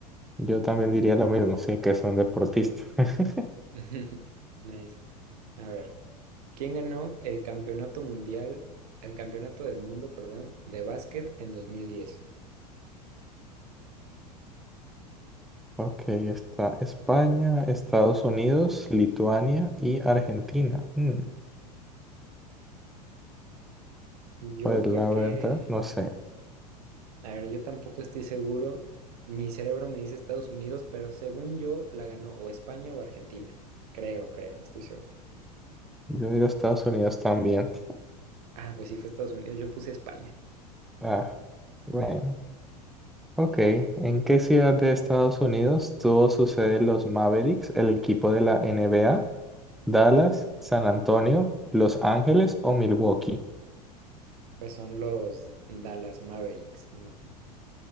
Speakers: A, in the centre; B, on the right.
A: Yo también diría lo mismo, sí, que son deportistas. <laughs>
B: <laughs> Nice. A ver, ¿quién ganó el campeonato mundial, el campeonato del mundo, perdón, de básquet en dos mil diez
A: Ok, está España, Estados Unidos, Lituania y Argentina. Mm,
B: Yo
A: pues
B: creo
A: la
B: que,
A: verdad, no sé.
B: a ver, yo tampoco estoy seguro. Mi cerebro me dice Estados Unidos, pero según yo la ganó o España o Argentina. Creo, creo, no estoy seguro.
A: Yo digo Estados Unidos también.
B: Ah, pues sí fue Estados Unidos, yo puse España.
A: Ah, bueno. Ok, ¿en qué ciudad de Estados Unidos tuvo su sede los Mavericks, el equipo de la NBA? ¿Dallas, San Antonio, Los Ángeles o Milwaukee?
B: Pues son los Dallas Mavericks, ¿no?